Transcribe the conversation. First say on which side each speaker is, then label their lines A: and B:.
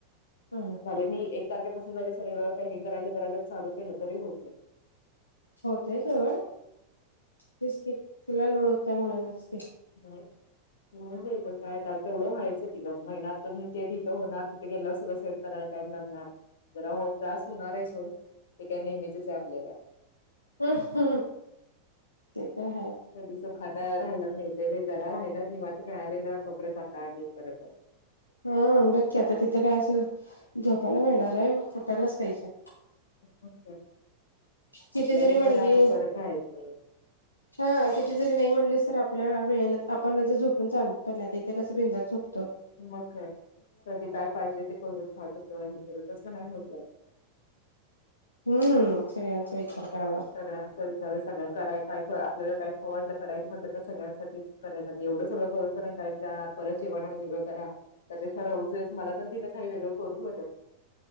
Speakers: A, on the left (about 80°); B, on the left (about 60°).
A: अ
B: झाले मी एक तारखेपासून जरी सगळीकडे पॅकिंग करायला जरा जरी चालू केलं तरी होते.
A: होतय सोड तेच की तुला लोड होतोय म्हणूनच की
B: हो हो नां बाई काय आता तेवढं व्हायचं की ग महिन्यात तिथं होणार तिथे गेल्यावर संगलं सेट करायला टाईम लागणार. जरा हो त्रास होणार आहे, सोड ते काय नेहमीचच आहे आपल्याला
A: अहं ते तर आहे.
B: कधी सुखानं राहायला मिळते व्हय जरा राहियला निवांत मिळालेलं तो पर्यंत आता आणि परत
A: हा बघ की आता तिथं काय असं झोपायला मिळणार आहे उटायलाच पाहिजे.
B: <unintelligible>
A: किती
B: आपल्या
A: जरी
B: हिशोब
A: म्हणली
B: आपण करत राहायच.
A: हा किती जरी नाही म्हटलीस तर आपल्या वेळेला आपणला जर झोपून चालत पण नाही आता इथे कस बिंदास झोप तो
B: मग काय कधी काय पाहिजे ते करून खात होतो हे कर तसं नाही होत ग आत
A: हम्म सगळ्यांचा विचार करायला
B: सगळ्यांचा विचार आहे सगळं कराय काय आपल्याला काय खाऊ वाटलं करायचं म्हटलं तर सगळ्यांसाठीच करायचं आणि एवढं सगळं करून <unintelligible> टाईम जाणार परत जेवण आणि वेगळं करा. त्यापेक्षा रोजच मला तर तीथ काही वेगळं करू वाटत नाही.